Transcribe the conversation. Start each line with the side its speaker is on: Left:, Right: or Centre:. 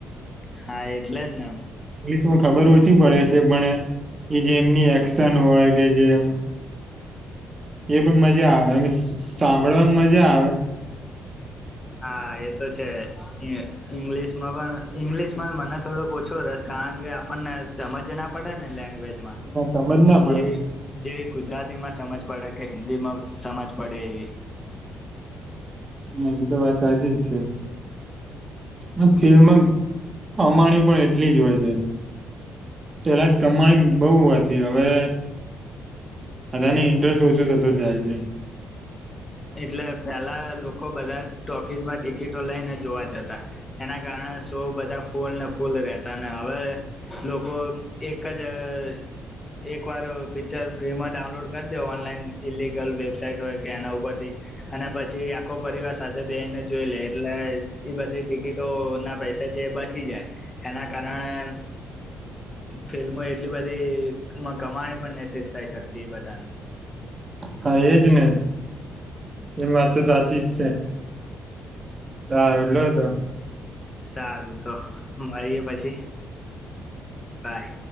Left: હા એ એટલે જને.
Right: માં ખબર ઓછી પડે છે પણ એ એ જે એમની એક્શન હોય કે જે એમ એ પણ મજા આવે. સસ સાંભળવાન મજા આવે.
Left: હા એ તો છે. એ ઇંગ્લિશમાં પણ ઈંગ્લિશમાં મને થોડોક ઓછો રસ કારણ કે આપણને સમજ ના પડે ને લેંગ્વેજ માં.
Right: પણ સમજ ના પડે
Left: જે-જે ગુજરાતીમાં સમજ પડે કે હિન્દી માં સમજ પડે એવી.
Right: હા ઈ તો વાત સાચી જ છે. આ ફિલ્મ અમાણી પણ એ એટલી જ હોય છે. પેલા કમાણી બહુ હતી, હવે બધાને ઇન્ટરેસ્ટ ઓછું થતું જાય છે.
Left: એટલે પેલા લોકો બધા ટોકીઝમાં ટિકિટો લઈને જોવા જતા, એના કારણે શો બધા ફૂલને ફૂલ રહેતા, ને હવે લોકો એક જ અહ એક વાર પિક્ચર ફ્રીમાં ડાઉનલોડ કર દે ઓનલાઈન ઈલિગલ વેબસાાઈટ હોય કે એના ઉપર થી અને પછી આખો પરિવાર સાથે બેહીને જોઈ લે એટલે ઈ બધી ટિકિટો ના પૈસા જે બચી જાય, એના અમ કારણે ફિલ્મો એટલી બધી કમ કમાણી પણ નથી થઈ શકતી ઈ બધાને.
Right: હા એજ ને. એ વાત તો સાચી જ છે. સારું લોતો.
Left: સારું તો મળીએ પછી. બાય.